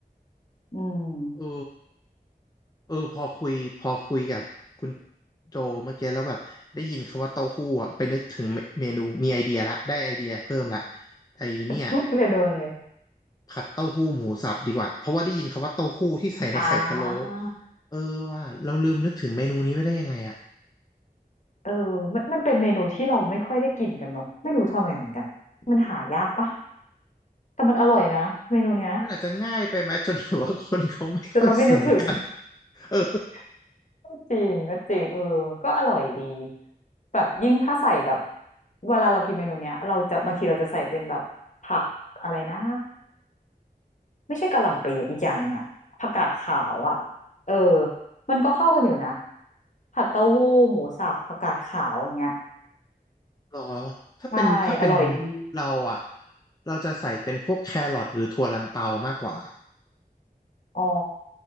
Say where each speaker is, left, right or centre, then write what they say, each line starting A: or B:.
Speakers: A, on the left; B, on the left.
A: อืม
B: เออเออพอคุยพอคุยกับคุณโจเมื่อกี้แล้วแบบได้ยินคำว่าเต้าหู้อะไปนึกถึงเมเมนูมีไอเดียละได้ไอเดียเพิ่มละไอเนี่ย
A: <laughs> เมนูอะไร
B: ผัดเต้าหู้หมูสับดีกว่า เพราะว่าได้ยินคำว่าเต้าหู้ที่ใส่ในไข่พะโล้
A: อ่า
B: เออว่าเราลืมนึกถึงเมนูนี้ไปได้ยังไงอ่ะ
A: เออมันมันเป็นเมนูที่เราไม่ค่อยได้กินกันเนอะไม่รู้ทำไมเหมือนกันมันหายากปะแต่มันอร่อยนะเมนูเนี้ย
B: มันอาจจะง่ายไปไหมจนแบบว่าคนเขาไม่ค่อยสั่งกัน
A: แต่เราไม่นึกถึง
B: เออ
A: <laughs> ก็จริงก็จริงเออก็อร่อยดีแบบยิ่งถ้าใส่แบบเวลาเรากินเมนูเนี้ยเราจะบางทีเราจะใส่เป็นแบบผักอะไรนะ ไม่ใช่กะหล่ำปีอะอีกอย่างหนึ่งอะผักกาดขาวอะเออมันก็เข้ากันอยู่นะผัดเต้าหู้หมูสับผักกาดขาวอย่างเงี้ย
B: หรอถ้าเป็นถ้าเป็น
A: ใช่อร่อยดี
B: เราอ่ะเราจะใส่เป็นพวกแครอทหรือถั่วลันเตามากกว่า
A: อ๋อ